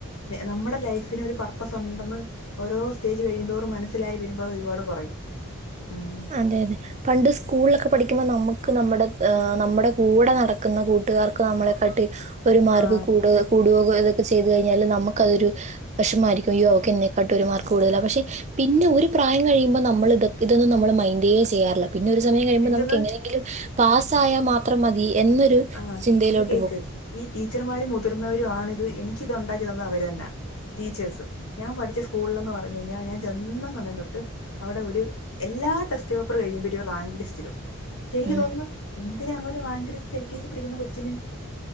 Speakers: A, on the left (about 80°); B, on the right (about 30°).
A: നമ്മുടെ ലൈഫിന് ഒരു പർപ്പസ് ഉണ്ടെന്ന് ഓരോ സ്റ്റേജ് കഴിയന്തോറും മനസ്സിലായി വരുമ്പോൾ അത് ഒരുപാട് യും ഉ
B: അതെ അതെ പണ്ട് സ്കൂളിലൊക്കെ പഠിക്കുമ്പോൾ നമുക്ക് നമ്മുടെ് നമ്മുടെ കൂടെ നടക്കുന്ന കൂട്ടുകാർക്കൊ നമ്മളെ കട്ടി ഒരു മാർഗ
A: ആ
B: കൂ കൂടുോ ഇതൊക്കെ ചെയ്തു കഴിഞ്ഞാൽ നമുക്കതൊരു വിഷമായിരിക്കും യക്കെക്കാട്ടും ഒരു മാർക്ക് കൂടുതല പക്ഷെ പിന്നെ ഒരു പ്രായം കഴിയുമ്പോൾ നമ്മൾ ഇത ഇതൊ നമ്മൾ മൈന് ചെയ്യാറില്ല പിന്നെ ഒരു സമയം കഴിയ്പോ
A: എനിക്കൊന്ന്
B: നമുക്ക് എങ്ങനെങ്കിലും പാസ്സായൽ മാത്രം മതി എന്നൊരു
A: ആ
B: ചിന്തയിലോട്ട്
A: ഇത് കേക്ക്
B: പോകും
A: ഈ ടീച്ചർമാര് മുതിർന്നവർ ആ ഇത് എനിക്ക ഇത് ഉണ്ടാക്കി തന്ന അവര് തന്നെ ടീച്ചേഴ്സ് ഞാൻ പഠിച്ച സ്കൂള <unintelligible> ഞാൻ ചെന്ന സമയം തൊട്ട് അവിടെ ഒര് എല്ലാ ടെസ്റ്റ് പേപ്പറ് കഴിയ്മ്പയും റേഗ് ലിസ്റ്റ് പക്ഷെ എനിക്ക്
B: ഉം
A: തോന്നുന്നു എന്തിനാ അങ്ങനെ വാങ്ക് ലിസ്റ്റ് എൽ കെജി പടിക്കുന്ന കൊച്ചിന്